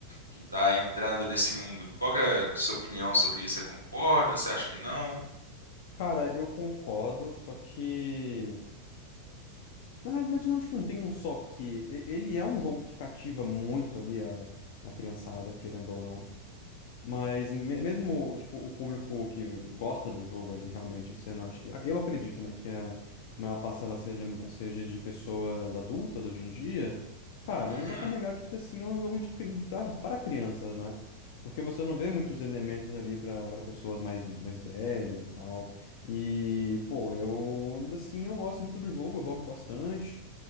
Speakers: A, on the left; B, on the left.
A: Que tá entrando nesse mundo. Qual que é a sua opinião sobre isso? Você concorda? Você acha que não?
B: Cara, eu concordo, só que. Na realidade, não, acho que não tem um só que. E- Ele é um jogo que cativa muito ali a, a criançada, querendo ou não. Mas me- mesmo, tipo, o público que gosta do jogo ali, realmente, sendo, acho- eu acredito, né, que a maior parcela seja, seja de pessoas adultas hoje em dia, cara,
A: Uhum,
B: não dá pra negar que ainda assim é um jogo de, cri- pra, para crianças, né? Porque você não vê muitos elementos ali pra pra pessoas mais, mais velhas e tal. E, pô, eu ainda assim eu gosto muito do jogo, eu jogo bastante.